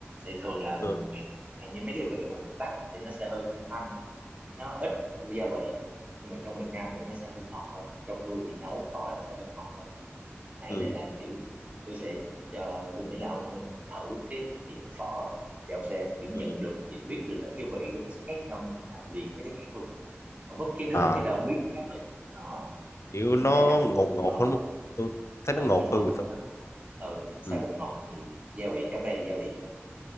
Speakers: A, on the right; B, on the left.
A: thì thường là
B: ừ,
A: miền hạn như mấy cái vị ngoài miền Bắc á, thì nó sẽ hơi thanh thanh nó ít gia vị nhưng mà trong miền Nam thì nó sẽ hơi ngọt hơn trong tôi thì nấu phở nó sẽ hơi ngọt hơn nãy
B: ừ.
A: này là kiểu tôi sẽ cho tôi nghĩ là ông nên thử cái miệng phở thì ông sẽ kiểu nhận
B: ừ.
A: được nhận biết được là cái vị của nó sẽ khác nhau như thế nào liền hay cái khác luôn ông húp cái nước
B: À
A: một cái là ông biết nó khác liền đó
B: kiểu
A: thì cũng
B: nó
A: có thể làm món
B: ngột ngột
A: phở
B: hơn không tôi thấy
A: ừ
B: nó ngột
A: nó ngọt
B: hơn thì
A: hơn
B: phải
A: nó ừ xài
B: ừ.
A: bột ngọt nhiều gia vị trong đây thì gia vị nhiều